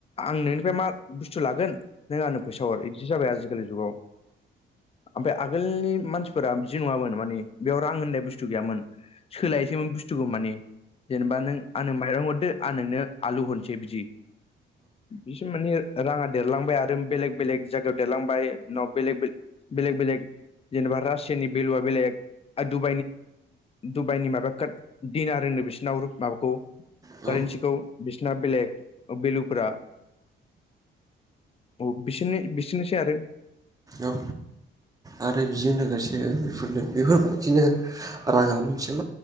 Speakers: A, on the left; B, on the right.
A: आं नोंनिफ्राय मा बुस्थु लागोन नों आंनो फैसा हर बिदि जाबाय आजिखालि जुगाव ओमफ्राय आगोलनि मानसिफोरा जि नङामोन माने बेयाव रां होननाय बुस्थु गैयामोन सोलायसोमोन बुस्थुग मानि जेनेबा नों आं न माइरं हरदो आ नोंनो आलु हरसै बिदि बिसोर माने राङा देरलांबाय आरो बेलेग बेलेग जायगायाव देरलांबाय उनाव बेलेग बेले बेलेक बेलेग जेनेबा रासियानि बेलुआ बेलेग आरो डुबाइनि माबा दिनार होनो बिसोरनाव माबाखौ
B: औ
A: कारेन्सिखौ बिसिना बेलेग बेलुफोरा औ बिसोरनो बिसोरनोसै आरो
B: औ आरो बेजों लोगोसे बेफोरनो बेफोरबायदिनो रा मोनसेल